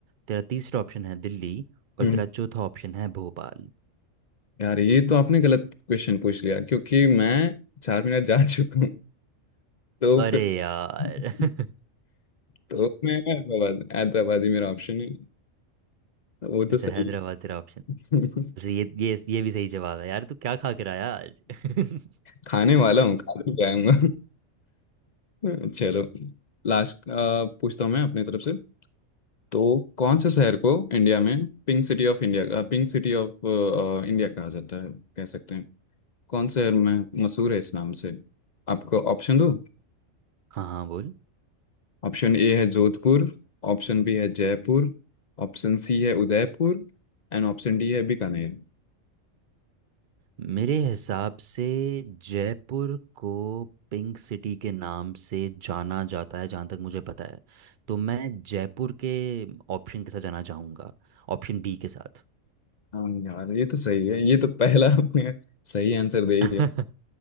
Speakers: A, on the right; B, on the left.
A: तेरा तीसरा ऑप्शन है दिल्ली और
B: हम्म
A: तेरा चौथा ऑप्शन है भोपाल
B: यार ये तो आपने गलत क्वेश्चन पूछ लिया क्योंकि मैं चार मिनट जा <laughs> चुका हूँ तो
A: अरे
B: फिर
A: यार
B: <laughs>
A: <laughs>
B: तो मैं हैदराबाद हैदराबाद ही मेरा ऑप्शन है वो
A: अच्छा
B: तो सही
A: हैदराबाद तेरा ऑप्शन
B: है <laughs>
A: अच्छा, ये ये ये भी सही जवाब है यार तू क्या खा कर आया आज <laughs>
B: खाने वाला हूँ खा भी जाऊंगा हम्म, चलो लास्ट पूछता हूँ मैं अपनी तरफ से तो कौन से शहर को इंडिया में pink city of India pink city of India कहा जाता है कह सकते हैं कौन से शहर में मशहूर है इस नाम से आपको ऑप्शन दो
A: हाँ हाँ बोल
B: ऑप्शन ए है जोधपुर ऑप्शन बी है जयपुर ऑप्शन सी है उदयपुर एंड ऑप्शन डी है बीकानेर
A: मेरे हिसाब से जयपुर को पिंक सिटी के नाम से जाना जाता है जहाँ तक मुझे पता है तो मैं जयपुर के ऑप्शन के साथ जाना चाहूँगा ऑप्शन बी के साथ
B: हाँ यार ये तो सही है ये तो पहला आपने सही आंसर दे ही
A: <laughs>
B: दिया